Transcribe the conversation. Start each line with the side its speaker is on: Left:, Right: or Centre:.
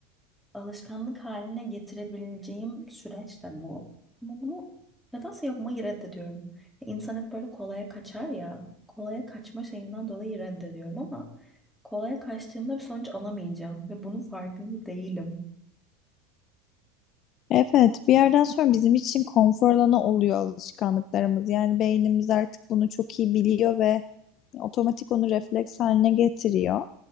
Centre: alışkanlık haline getirebileceğim süreç de bu. Ama bunu nedense yapmayı reddediyorum. İnsan hep böyle kolaya kaçar ya. Kolaya kaçma şeyinden dolayı reddediyorum ama kolaya kaçtığımda bir sonuç alamayacağım ve bunun farkında değilim.
Left: Evet, bir yerden sonra bizim için konfor alanı oluyor alışkanlıklarımız. Yani beynimiz artık bunu çok iyi biliyor ve otomatik onu refleks haline getiriyor.